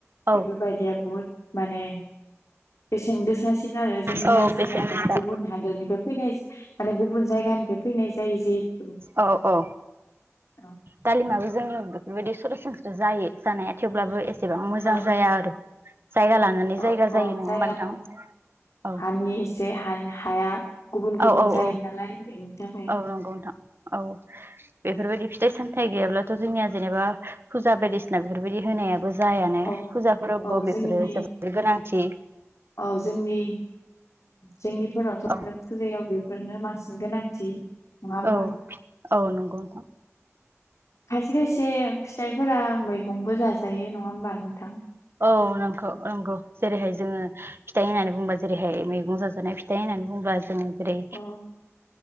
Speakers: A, on the right (about 50°); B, on the left (about 75°).
A: औ
B: बेफोरबायदिया बुहुद माने बेसेन गोसासिन आरो जोंनि
A: औ
B: आसामाव
A: बेसेन गोसा
B: माने गुबुन हादोरनिफ्राय फैनाय माने गुबुन जायगा गानिफ्याय फैनाय जायो जिहेथु
A: औ औ
B: औ
A: दालिमाबो जोंनियाव बेफोरबायदि सरासनस्रा जायो जानाया थेवब्लाबो ए सेबां मोजां
B: औ
A: जाया आरो । जायगा लानानै
B: औ
A: जायगा जायो
B: अ
A: नङा
B: जायगा
A: होमबा नोंथां औ
B: हानि
A: ।
B: एसे हानि हाया गुबुन गुबुन
A: औ औ
B: जायो
A: औ
B: नालाय बेनि थाखाय
A: औ नंगौ नोंथां औ बेफोरबायदि फि थाइ-सामथाइ गैयाब्लाथ' जोंनिया जेनेबा फुजा बायदिसिना बेफोरबायदि होनायाबो । जायानो
B: औ
A: फुजाफोरावबो
B: औ
A: बेफोरो
B: जोंनि
A: जोबोर गोनांथि ।
B: औ जोंनि जोंनिफोरावथ' आरो
A: औ
B: फुजायाव बेफोरनो बांसिन गोनांथि नङा होमबा
A: औ औ नंगौ ।
B: खायसे खायसे फिथाइफोरा मैगंबो जाजायो नङा होमबा नोंथां?
A: औ नं नंगौ जेरैहाय जोङो फिथाइ होननानै बुंबा ज जेरैहाय मैगं जाजानाय फिथाइ होननानै बुङोब्ला जोङो जेरै
B: अ